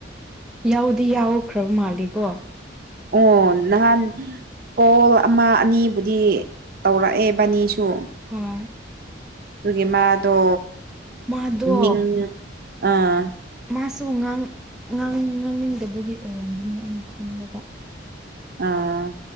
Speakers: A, in the centre; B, on the right (about 50°).
A: ꯌꯥꯎꯗꯤ ꯌꯥꯎꯈ꯭ꯔꯕ ꯃꯥꯂꯦꯀꯣ
B: ꯑꯣ ꯅꯍꯥꯟ ꯀꯣꯜ ꯑꯃ ꯑꯅꯤꯕꯨꯗꯤ ꯇꯧꯔꯛꯑꯦ ꯕꯅꯤꯁꯨ
A: ꯍꯣꯏ
B: ꯑꯗꯨꯒꯤ ꯃꯥꯗꯣ
A: ꯃꯥꯗꯣ
B: ꯃꯤꯡ ꯑꯥ
A: ꯃꯥꯁꯨ ꯉꯥꯡ ꯉꯥꯡ ꯉꯥꯡꯅꯤꯡꯗꯕꯒꯤ ꯑꯣꯏꯔꯝꯒꯅꯤ ꯑꯩꯅ ꯈꯟꯕꯗ
B: ꯑꯥ